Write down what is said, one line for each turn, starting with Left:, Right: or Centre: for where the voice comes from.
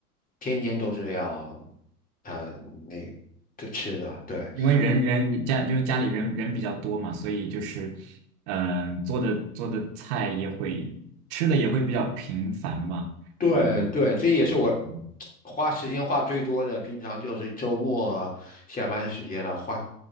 Left: 天天都是要啊、那这吃的。对，
Right: 因为人人家就是家里人人比较多嘛，
Left: 你
Right: 所以就是，嗯、做的做的菜也会吃的也会比较频繁吧，
Left: 对对，
Right: 嗯
Left: 这也是我
Right: 嗯嗯嗯
Left: 花时间花最多的。平常就是周末下班时间了，花